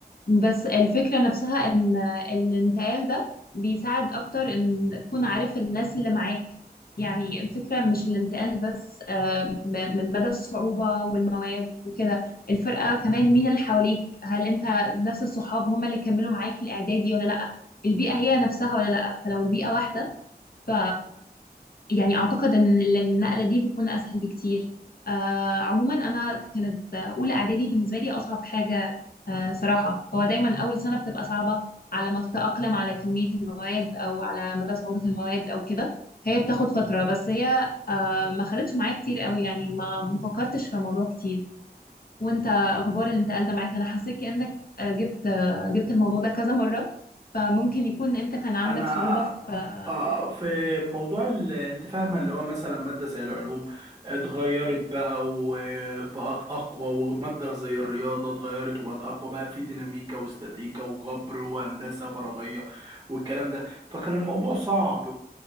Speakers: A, on the left (about 60°); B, on the right (about 20°).
A: بس الفكرة نفسها ان الانتقال ده بيساعد اكتر ان تكون عارف الناس اللي معاك يعني الفكرة مش الانتقال بس آه، م- من مدى الصعوبة والمواد وكده الفرقة كمان مين اللي حواليك هل انت نفس الصحاب هم اللي كملوا معاك الاعدادي ولا لا البيئة هي نفسها ولا لا فلو البيئة واحدة ف يعني اعتقد ان النقله دي بتكون اسهل بكتير آه عموما انا كانت اولى اعدادي بالنسبه لي اصعب حاجه آه صراحه هو دايما اول سنه بتبقى صعبه على ما تتاقلم على كميه المواد او على مدى صعوبه المواد او كده هي بتاخد فتره بس هي آه ما خدتش معايا كتير قوي يعني ما ما فكرتش في الموضوع كتير وانت اخبار الانتقال ده معاك انا حسيت كانك آه، جبت آه، جبت الموضوع ده كذا مره فممكن يكون انت كان عندك
B: انا
A: صعوبه في
B: آه في موضوع ال- انت فاهمه اللي هو مثلا ماده زي العلوم اتغيرت بقى وبقت اقوى وماده زي الرياضه اتغيرت وبقت اقوى بقى في ديناميكا واستاتيكا وجبر وهندسه فراغيه والكلام ده فكان الموضوع صعب